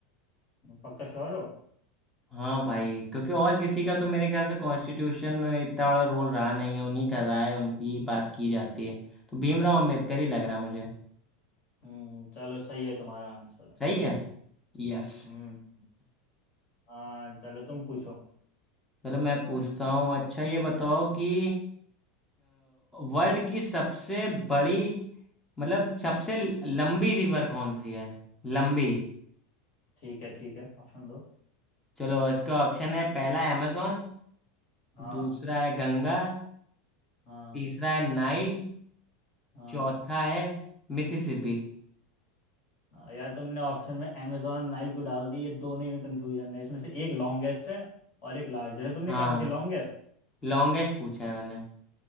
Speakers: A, on the left; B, in the centre.
A: पक्का श्योर हो
B: हाँ भाई क्योंकि और किसी का तो मेरे ख्याल से कॉन्स्टिट्यूशन में इतना बड़ा रोल रहा नहीं है उन्हीं का रहा है उनकी ही बात की जाती है तो भीमराव अंबेडकर ही लग रहा है मुझे
A: हम्म चलो सही है तुम्हारा आंसर
B: सही है यस
A: हम्म हाँ चलो तुम पूछो
B: चलो मैं पूछता हूँ अच्छा ये बताओ कि वर्ल्ड की सबसे बड़ी मतलब सबसे लंबी रिवर कौन सी है लंबी
A: ठीक है ठीक है ऑप्शन दो
B: चलो इसका ऑप्शन है पहला amazon
A: हाँ
B: दूसरा है गंगा
A: हाँ
B: तीसरा है नाइल
A: हाँ
B: चौथा है मिसिसिपी
A: हाँ, यार तुमने ऑप्शन में अमेजोन और नाइल को डाल दी ये दोनों ही में कंफ्यूजन है इसमें से एक लॉन्गेस्ट है और एक लार्जेस्ट है तुमने
B: हाँ
A: क्या पूछे लॉन्गेस्ट
B: लॉन्गेस्ट पूछा है मैंने